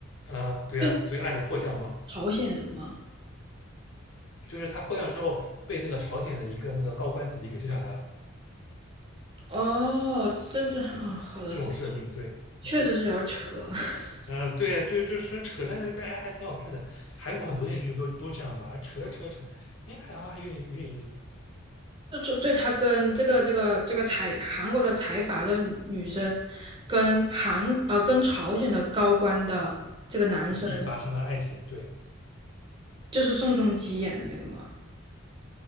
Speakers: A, on the left; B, on the right.
A: 啊，对啊，
B: 对，
A: 所以爱的迫降嘛，
B: 朝鲜人嘛，
A: 就是他迫降之后被那个朝鲜的一个那个高官子弟给救下来了，
B: 哦，这这啊，嗯，好的，
A: 这种设定，
B: 这
A: 对，
B: 确实是有点扯，
A: 嗯，
B: <laughs>
A: 啊，对啊，对，就是说扯，但是感觉哎还挺好看的。韩国很多电视剧都都这样嘛，啊扯着扯着扯，哎，还好还有点有点意思。
B: 这这所以他跟这个这个这个财韩国的财阀的女生，跟韩呃跟朝鲜的高官的这个男生，
A: 子弟发生了爱情，对，
B: 就是宋仲基演的那个吗？